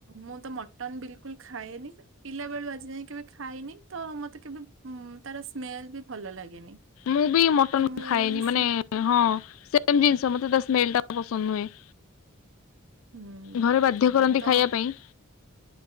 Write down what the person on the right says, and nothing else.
ମୁଁ ତ ମଟନ ବିଲକୁଲ ଖାଏନି। ପିଲା ବେଳୁ ଆଜି ଯାଇ କେବେ ଖାଇନି ତ ମତେ କେବେ ତାର ସ୍ମେଲ ବି ଭଲ ଲାଗେନି।
ତ ମୁଁ
ସେ
ହୁଁ
ତ